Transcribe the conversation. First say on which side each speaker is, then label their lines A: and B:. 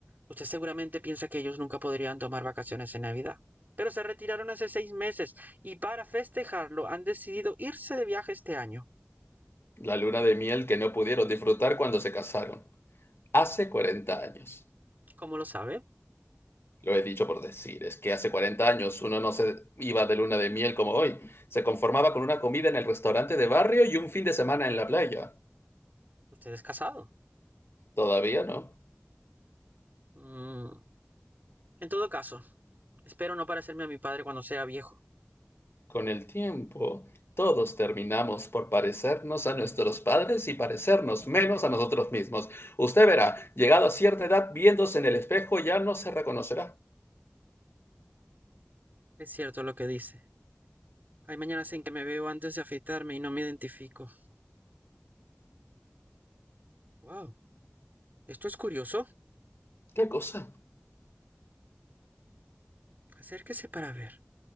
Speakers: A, on the right (about 40°); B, on the left (about 60°).
A: Usted seguramente piensa que ellos nunca podrían tomar vacaciones en Navidad. Pero se retiraron hace seis meses y para festejarlo han decidido irse de viaje este año.
B: la luna de miel que no pudieron disfrutar cuando se casaron. Hace 40 años.
A: ¿Cómo lo sabe?
B: Lo he dicho por decir, es que hace 40 años uno no se iba de luna de miel como hoy. Se conformaba con una comida en el restaurante de barrio y un fin de semana en la playa.
A: Usted es casado.
B: Todavía no.
A: Mm. En todo caso, espero no parecerme a mi padre cuando sea viejo.
B: Con el tiempo, todos terminamos por parecernos a nuestros padres y parecernos menos a nosotros mismos. Usted verá, llegado a cierta edad, viéndose en el espejo ya no se reconocerá.
A: Es cierto lo que dice. Hay mañanas en que me veo antes de afeitarme y no me identifico. Wow, esto es curioso.
B: ¿Qué cosa?
A: Acérquese para ver.